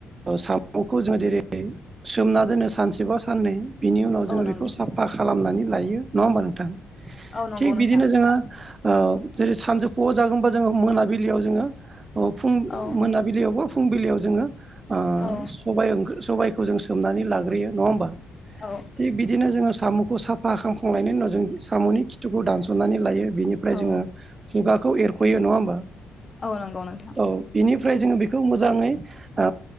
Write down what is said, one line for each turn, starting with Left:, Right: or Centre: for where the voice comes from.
Right: साम'खौ जोंङो जेरै सोमना दोनो सानसेबा साननै बिनि उनाव जोङो
Left: औ नंगौ
Right: बेखौ साफा खालामनानै लायो नङा होनबा नोंथां?
Left: औ नंगौ
Right: थिग बिदिनो
Left: नोंथां
Right: जोङो ओ जेरै सानजौफु जागोनबा जोंङो मोनाबिलियाव जोङो फुं
Left: औ
Right: मोनाबिलियाव बा फुंबिलियाव जोंङो ओ
Left: औ
Right: सबायाइखौ जों सोमनानै लाग्रोयो नंङा होमबा?
Left: औ
Right: थिग बिदिनो जोङो साम'खौ साफा खामखांनायनि उनाव जों साम'नि खिथुखौ दानस'नानै लायो। बिनिफ्राय
Left: औ
Right: जोङो खुगाखौ एरख'यो नङा होमबा
Left: औ नंगौ नोंथां
Right: औ बिनिफ्राय जोङो खौ मोजाङै ओ